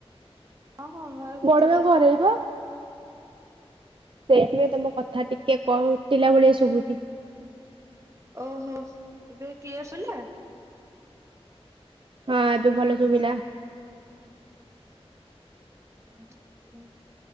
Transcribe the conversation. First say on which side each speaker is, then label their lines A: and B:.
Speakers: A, on the right; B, on the right.
A: ଅଁ ହଁ <unintelligible>
B: ବଡ ମାଆ
A: ଅଛି।
B: ଘରେ ଏଇପା। ସେଇଥିପାଇଁ ତମ କଥା ଟିକେ କଟିଲା ଭଳିଆ ଶୁଭୁଚି।
A: ଓହୋ ଏବେ କ୍ଲିୟର ସୁଲା?
B: ହଁ ଏବେ ଭଲ ଶୁଭିଲା।
A: ଅ <unintelligible>